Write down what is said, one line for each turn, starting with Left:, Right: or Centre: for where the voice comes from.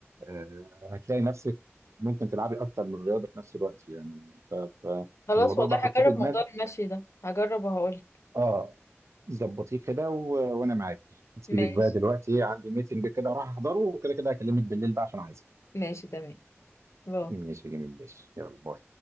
Right: آه، هتلاقي نفسك ممكن تلعبي اكتر من رياضه في نفس الوقت يعني ف-
Left: خلاص
Right: فالموضوع
Left: والله
Right: ده حطيه
Left: هجرب
Right: في دماغك
Left: موضوع المشي ده هجرب وهقول
Right: اه ظبطيه كده و... وانا معاك هسيبك
Left: ماشي
Right: بقى دلوقتي عندي ميتنج كده راح احضره وكده كده هكلمك بالليل بقى عشان عايزك
Left: ماشي تمام باي
Right: ماشي يا جميل ماشي يلا باي